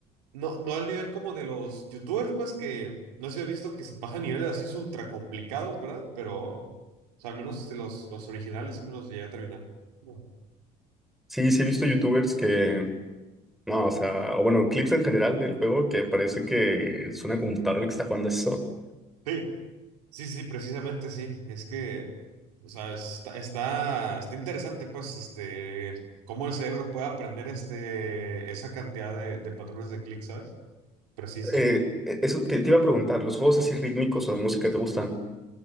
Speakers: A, on the right; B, in the centre.
A: No, no al nivel como de los youtubers, pues que no se ha visto que se pasan niveles así ultra complicados, ¿verdad? Pero, o sea, al menos este, los, los originales sí me los llegué a terminar. Bueno.
B: Sí, sí he visto youtubers que... No, o sea, o bueno, clips en general del juego que parece que es una computadora la que está jugando eso.
A: Sí, sí, sí, precisamente sí. Es que, o sea, está, está, está interesante, pues, este, cómo el cerebro puede aprender este, esa cantidad de, de patrones de clic, ¿sabes? Preciso.
B: Eh, eh, eso te, te iba a preguntar, ¿los juegos así rítmicos o de música te gustan?